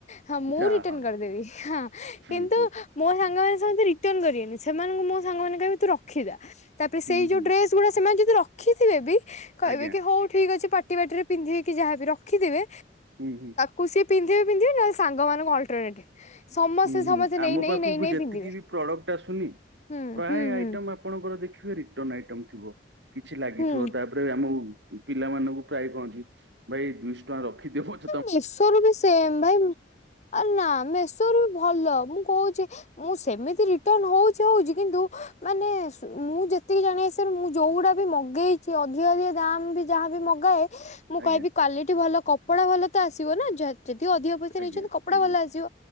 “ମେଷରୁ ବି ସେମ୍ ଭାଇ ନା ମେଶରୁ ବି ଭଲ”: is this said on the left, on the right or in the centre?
Left